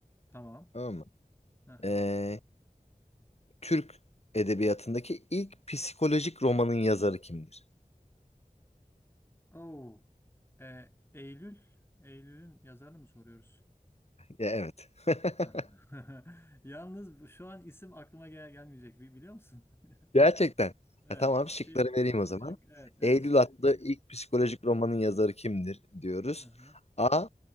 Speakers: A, on the left (about 15°); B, on the left (about 45°).
A: Tamam.
B: Tamam mı?
A: Aha.
B: Ee, Türk edebiyatındaki ilk psikolojik romanın yazarı kimdir?
A: Oo. Ee, Eylül. Eylül'ün yazarını mı soruyoruz?
B: Ya, evet. <laughs>
A: Hı hı. <laughs> Yalnız şu an isim aklıma gel gelmeyecek. Bi- Biliyor musun? <laughs>
B: Gerçekten.
A: Evet.
B: Ya, tamam şıkları
A: Şık.
B: vereyim o zaman.
A: Şık. Evet. Evet.
B: Eylül
A: Şık.
B: adlı ilk psikolojik romanın yazarı kimdir diyoruz.
A: Hı hı.
B: A.